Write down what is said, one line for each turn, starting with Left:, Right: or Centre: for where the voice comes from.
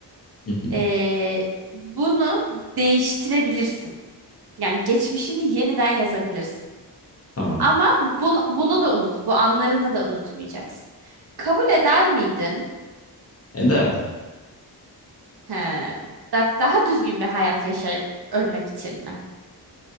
Left: Hı hı,
Right: Ee, bunu değiştirebilirsin. Yani geçmişini yeniden yazabilirsin.
Left: Tamam.
Right: Ama bunu, bunu da unut. Bu anlarını da unutmayacaksın. Kabul eder miydin?
Left: Ederdim.
Right: He, da- daha düzgün bir hayat yaşayıp ölmek için mi?